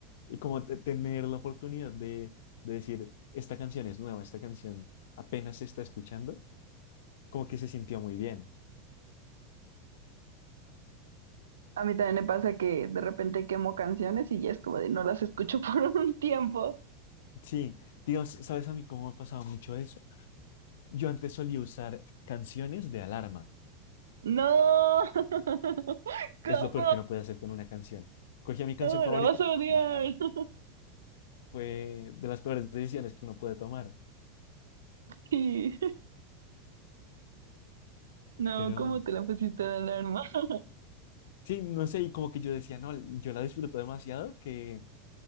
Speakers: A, on the left; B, on the right.
A: y como te- tener la oportunidad de, de decir, esta canción es nueva, esta canción apenas se está escuchando, como que se sintió muy bien.
B: A mí también me pasa que de repente quemo canciones y ya es como de no las escucho <laughs> por un tiempo.
A: Sí, Dios, ¿sabes a mí cómo me ha pasado mucho eso? Yo antes solía usar canciones de alarma.
B: No, <laughs>
A: Es lo peor
B: ¿cómo?
A: que uno puede hacer con una canción. Cogía mi canción
B: No,
A: favorita
B: la vas
A: y
B: a
A: la
B: odiar.
A: ponía de alarma.
B: <laughs>
A: Fue de las peores decisiones que uno puede tomar.
B: Sí, no,
A: Pero
B: ¿cómo te la pusiste de alarma? <laughs>
A: sí, no sé, y como que yo decía, no, yo la disfruto demasiado que